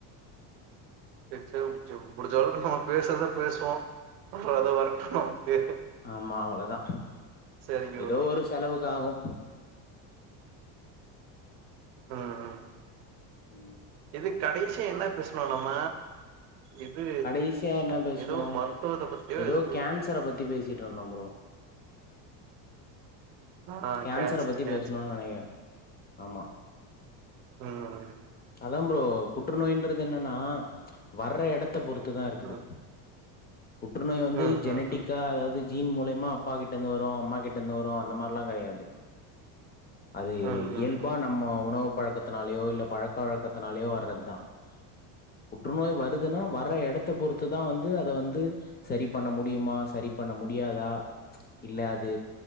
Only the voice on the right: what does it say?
செரி செரி முடிஞ் முடிஞ்ச அளவுக்கு நம்ம பேசுறத பேசுவோ வர்ரது வர்ட்டும் அப்டியே
சேரிங்க
ப்ரோ
ம் ஹும்
இது கடைசிய என்ன பேசுனோ நம்ம இது
ஏதோ மருத்துவத்த பத்தியோ
பே
ஆ
கேன்சர்
கேன்சர்
ம்
ம்
ம்
ம் ம்
ம் ம்